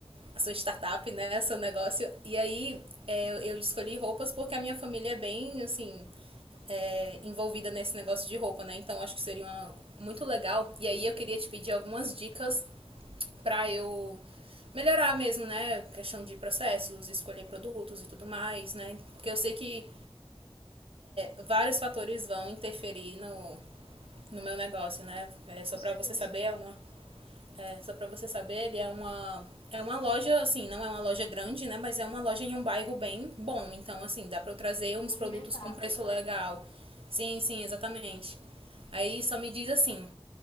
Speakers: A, on the right (about 80°); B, on the left (about 85°).
A: a sua startup, né, seu negócio. E aí é, eu- eu escolhi roupas porque a minha família é bem, assim, é, envolvida nesse negócio de roupa, né? Então acho que seria uma- muito legal. E aí eu queria te pedir algumas dicas pra eu melhorar mesmo, né? Questão de processos, escolher produtos e tudo mais, né? Porque eu sei que vários fatores vão interferir no, no meu negócio, né? É, só
B: com certeza.
A: para você saber, é uma, é, só para você saber, ele é uma é uma loja, assim, não é uma loja grande, né? Mas é uma loja em um bairro bem bom. Então, assim, dá pra eu trazer uns
B: Movimentado,
A: produtos com preço
B: né?
A: legal. Sim, sim, exatamente. Aí só me diz assim: